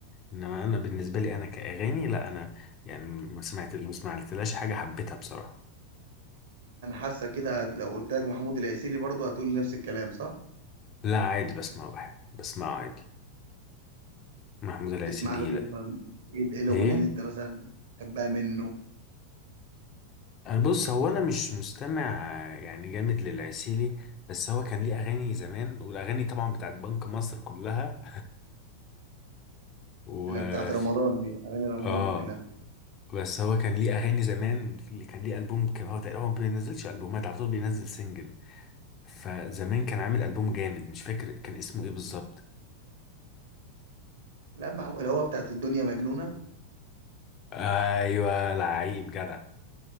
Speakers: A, on the left (about 30°); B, on the right (about 60°).
A: انما انا بالنسبه لي انا كاغاني لا انا يعني ما سمعت ما سمعتلهاش حاجه حبيتها بصراحه
B: انا حاسه كده هت- لو قلت لك محمود العسيلي برضو هتقولي نفس الكلام صح
A: لا عادي بسمع بحب بسمع عادي محمود العسيلي
B: تسمع له
A: لا
B: ايه طب ايه ال- إيه الاغنيه
A: ايه
B: اللي انت مثلا بتحبها منه
A: أه بص هو انا مش مستمع آه، يعني جامد للعسيلي بس هو كان ليه اغاني زمان والاغاني طبعا بتاعت بنك مصر كلها <laughs> وفي
B: اللي هي بتاعت رمضان دي اغاني رمضان
A: اه
B: كلها
A: بس هو كان ليه اغاني زمان في كان ليه البوم كان هو تقريبا هو ما بينزلش البومات على طول بينزل سنجل فزمان كان عامل البوم جامد مش فاكر كان اسمه ايه بالظبط
B: لا محمود اللي هو بتاعت الدنيا مجنونه
A: ايوه لعيب جدع